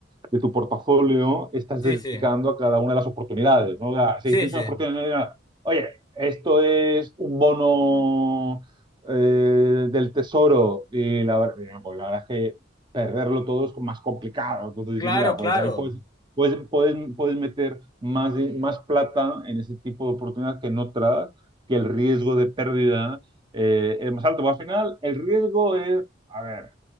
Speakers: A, on the right (about 25°); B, on the left (about 20°).
A: de tu portafolio estás
B: Sí,
A: dedicando
B: sí.
A: a cada una de las oportunidades, ¿no? O sea, si
B: Sí,
A: tienes
B: sí,
A: una oportunidad, oye, esto es un bono eh, del tesoro y la, ver- eh, pues la verdad es que perderlo todo es más complicado. Entonces
B: claro,
A: dices, mira,
B: claro.
A: pues ahí puedes, puedes, puedes, puedes meter más, di- más plata en ese tipo de oportunidades que en otras, que el riesgo de pérdida eh, es más alto. Pero al final, el riesgo es, a ver,